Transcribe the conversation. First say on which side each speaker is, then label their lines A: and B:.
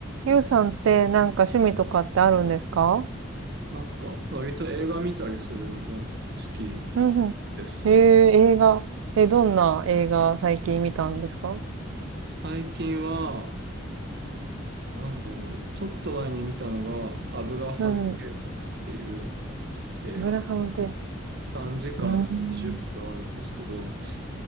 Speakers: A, on the right; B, on the right.
A: ゆうさんってなんか趣味とかってあるんですか
B: なんか、割と映画見たりするのも好き
A: うんうん。
B: ですね。
A: へえ、映画。え、どんな映画最近見たんですか
B: 最近は、なんだろう、ちょっと前に見たのが、アブラハム渓谷っていう
A: うんブ
B: 映画。
A: グラハムテープ。
B: 3時間20分あるんですけど、
A: うん。